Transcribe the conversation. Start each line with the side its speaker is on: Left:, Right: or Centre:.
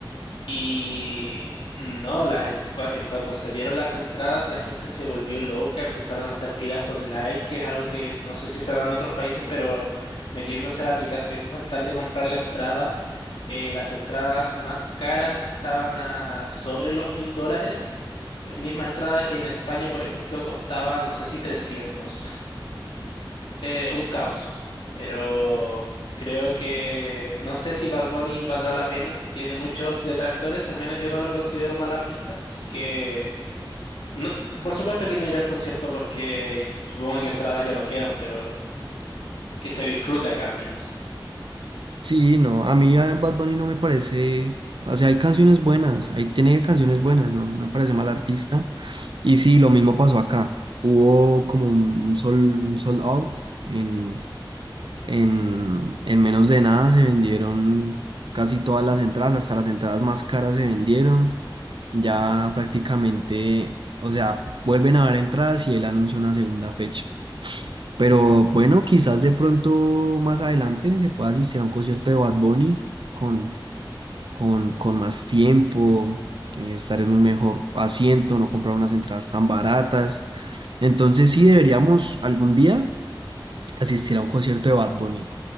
Left: Y no, la gen- cua- en cuanto se dieron las entradas, la gente se volvió loca, empezaron a hacer filas online, que es algo que no sé si se da en otros países, pero metiéndose a la aplicación con tal de comprar la entrada, eh, las entradas más caras estaban a sobre los mil dólares. La misma entrada que en España, por ejemplo, costaba, no sé si trescientos eh, un caos. Pero creo que no sé si Bad Bunny valdrá la pena. Tiene muchos detractores, al menos yo no lo considero un mal artista. Así que, no- por supuesto que no iré al concierto porque supongo que entradas ya no quedan, pero que se disfrute acá al menos.
Right: Sí, no, a mí a Bad Bunny no me parece, o sea, hay canciones buenas, ahí tiene canciones buenas, ¿no? No me parece mal artista. Y sí, lo mismo pasó acá. Hubo como un, un sol, un sold out. En, en, en menos de nada se vendieron casi todas las entradas, hasta las entradas más caras se vendieron. Ya prácticamente, o sea, vuelven a haber entradas y él anunció una segunda fecha. Pero bueno, quizás de pronto más adelante se pueda asistir a un concierto de Bad Bunny con, con, con más tiempo, eh, estar en un mejor asiento, no comprar unas entradas tan baratas. Entonces sí deberíamos algún día asistir a un concierto de Bad Bunny.